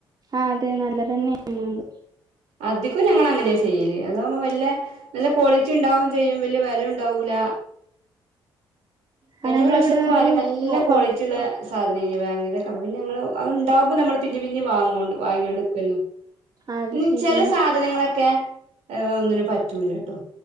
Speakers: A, on the right; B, on the right.
A: ആഹ് അതെ നല്ല തെന്നേണ് അത്
B: അധികോ ഞങ്ങള് അങ്ങനെ ചെയ്യല് അതാകുമ്പോ വെല്ല നല്ല ക്വാളിറ്റി ഇണ്ടാവും ചെയ്യും വല്യ വെല ഇണ്ടാവൂല. കഴിഞ്ഞ
A: ആഹ് നമ്മളിവിടെ
B: പ്രാവശ്യക്കെ വാങ്ങി
A: ഒരു
B: നല്ല
A: പൊ
B: ക്വാളിറ്റിള്ള
A: പൊറ
B: സാധനേനി വാങ്ങിയതൊക്ക അപ്പ പിണെ ഞങ്ങള് അത്ണ്ടാവുമ്പോ നമ്മള് പിന്നിം പിന്നിം വാങ്ങും കൊണ്ട് വാങ്ങിയോണ്ട് <unintelligible>
A: ആ, അത്
B: ഇൻ
A: ശരിയാണ്.
B: ചെല സാധനങ്ങളക്കെ ഏ ഒന്നിനും പറ്റൂലട്ടോ.